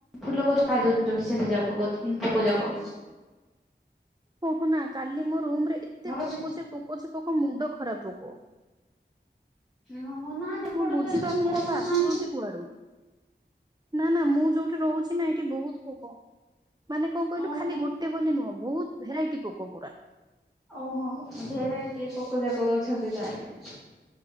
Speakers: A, in the centre; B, on the right.
A: ଫୁଲ ଗଛ ଖାଇ ଦଉଚନ୍ତି ସେ ଦି ଯାକ ପୋକ ଯାକ।
B: କହନା କାଲି ମୋ ରୁମ୍ ରେ ଏତେ
A: ଘର
B: ପୋକ
A: ବି
B: ଯେ ପୋକ ଯେ ପୋକ ମୁଣ୍ଡ ଖରାପ୍ ପୋକ।
A: ନା ନା ଏପଟେ
B: ମୁଁ ବୁଝିପାରୁନି
A: ତ ପୋକ
B: ଏରାକ
A: ହୋଉନାହାନ୍ତି।
B: ଆସୁଛନ୍ତି କୁଆଡୁ ନା ନା ମୁଁ ଯଉଠି ରହୁଚି ନା ଏଠି ବହୁତ୍ ପୋକ। ମାନେ କଁ କହିଲୁ
A: ଓହୋ।
B: ଖାଲି ଗୋଟେ ବୋଲି ନୁହଁ ବହୁତ ଭେରାଇଟି ପୋକ ପୁରା।
A: ଓହୋ ଭେରାଇଟି ପୋକ ଯାକ ଅଛନ୍ତି ତାହେଲେ।